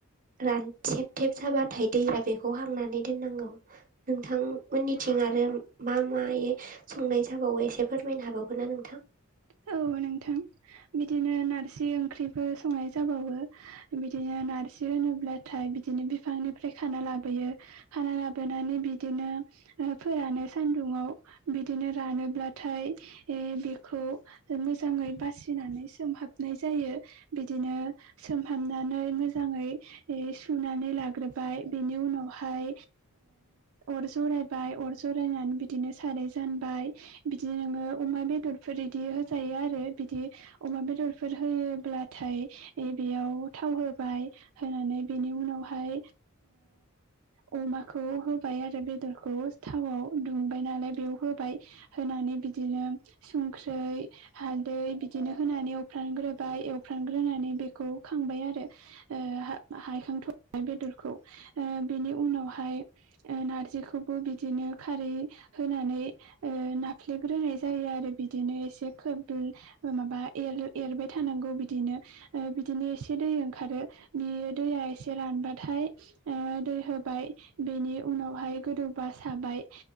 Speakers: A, on the right; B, on the right.
A: रानथेब थेब जाबाथाय दैया बेखौ हांनानै दोननांगौ नोंथांमोननि थिं आरो मा माय संनाय जाबावो एसे फोरमायनो हाबावगोन ना नोंथां।
B: औ नोंथां बिदिनो नारजि ओंख्रिबो संनाय जाबावो बिदिनो नारजि होनोब्लाथाय बिदिनो बिफांनिफ्राय खाना लाबोयो खाना लाबोनानै बिदिनो फोरानो सान सान्दुङाव बिदिनो रानोब्लाथाय ए बेखौ मोजाङै बासिनानै सोमहाबनाय जायो बिदिनो सोमहाबनानै मोजाङै यै सुनानै लाग्रोबाय बेनि उनावहाय ओ अर ज सरायबाय अर सरायनानै बिदिनो सानै जानबाय बिदि नोङो अमा बेदरफोर बिदि होजायो आरो बिदि अमा बेदरफोर होयोब्लाथाय बेयाव थाव हो होबाय होनानै बेनि उनावहाय ओ अमाखौ होबाय आरो बेदरखौ थावआव दुंबाय नालाय बेयाव होबाय होनानै बि बिदिनो सं ख्रै हालदै बिदिनो होनानै एवफ्रानग्रोबाय एवफ्रानग्रोनानै बेखौ खांबाय आर ओ हखांथ' बेदरखौ ओ बेनि उनावहाय ओ नारजिखौबो बिदिनो खारै होनानै ओ नाफ्लेग्रोनाय जायो आरो बिदिनो एसे खोब माबा एरबाय थानांगौ बिदिनो ओ बिदिनो एसे दै ओंखारो बियो दैया एसे रानबाथाय ओ दै होबाय बेनि उनावहाय गोदौबा साबाय